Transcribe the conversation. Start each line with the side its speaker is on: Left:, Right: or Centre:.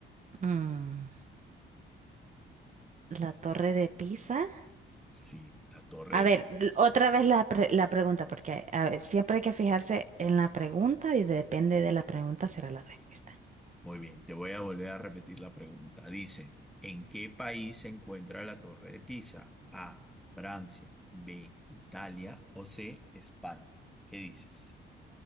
Right: Mm, la Torre de Pisa.
Centre: Sí, la torre.
Right: A ver, l- otra vez la, pre- la pregunta, porque a ver, siempre hay que fijarse en la pregunta y depende de la pregunta será la respuesta.
Centre: Muy bien, te voy a volver a repetir la pregunta. Dicen, ¿en qué país se encuentra la torre de Pisa? A, Francia, B, Italia o C, España. ¿Qué dices?